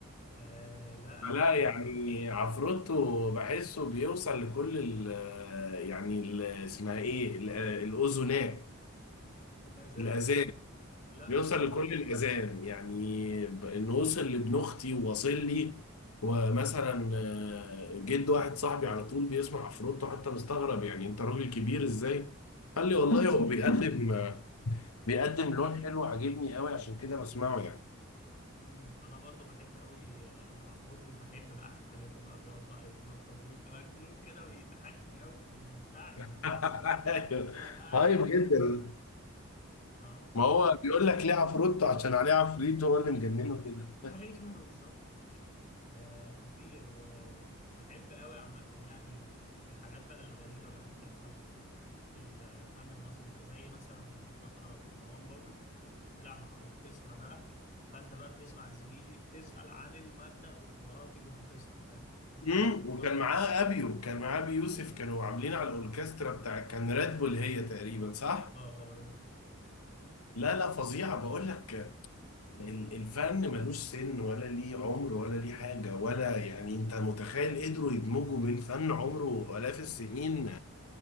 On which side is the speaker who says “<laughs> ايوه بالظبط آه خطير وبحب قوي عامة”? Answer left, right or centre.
Left